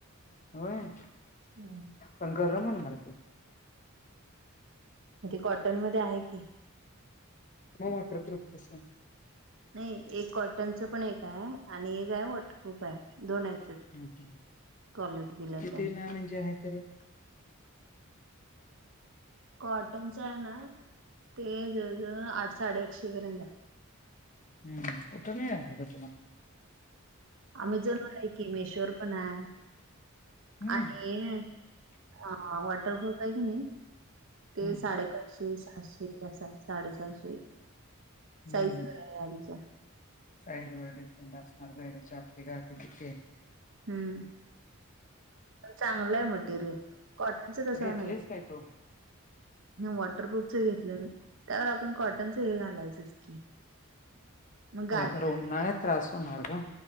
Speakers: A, on the left; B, on the right.
A: होय.
B: हम्.
A: पण गरम होणार की.
B: ते कॉटन मध्ये आहे की.
A: मम प्रतृपत पसंद <unintelligible>
B: नाही एक कॉटनचं पण एक आहे आणि एक आहे वॉटरप्रूफ आहे दोन आहेत.
A: हम्म हम्म.
B: कॉलटी दिला
A: कितीला
B: त्यांनी
A: म्हणजे आहे तरी
B: कॉटनच आहे ना ते जवळ जवळ आठ साडेआठशे पर्यंत आहे.
A: हम्म कुठे मिळालं ग तुला.
B: अमेझॉन वर आहे कि मेशोर पण आहे
A: हम्म
B: आणि हा वॉटरप्रुफ आहे की नाही ते
A: हम्म
B: साडे ठशे सातशे अस साडेसहाशे
A: हम्म
B: साईज बरा आहे आधीचा
A: साईज वर डिपेंड असणार बेडचे आपली गादी किथे.
B: हम्म. पण चांगलं आहे मटेरियल कॉटनच कसं
A: घेतलीस
B: आहे माहिित.
A: काय तू
B: वॉटरप्रुफच घेतलं त्यावर आपण कॉटनचं हे घालायचच की. <inaudible> गादीला
A: होय खरं उन्हाळ्यात त्रास होणार ग.